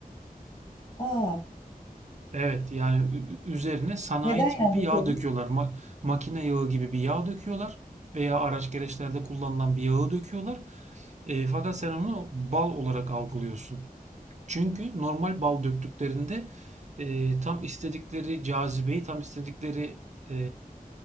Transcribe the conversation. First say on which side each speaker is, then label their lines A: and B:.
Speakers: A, on the left; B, on the right.
A: <laughs> Aa,
B: Evet yani ü- ü- üzerine sanayi
A: neden
B: tipi
A: yağ
B: bir
A: döküyorsun?
B: yağ döküyorlar. Ma- makine yağı gibi bir yağ döküyorlar veya araç gereçlerde kullanılan bir yağı döküyorlar. E, fakat sen onu bal olarak algılıyorsun. Çünkü normal bal döktüklerinde e, tam istedikleri cazibeyi, tam istedikleri e,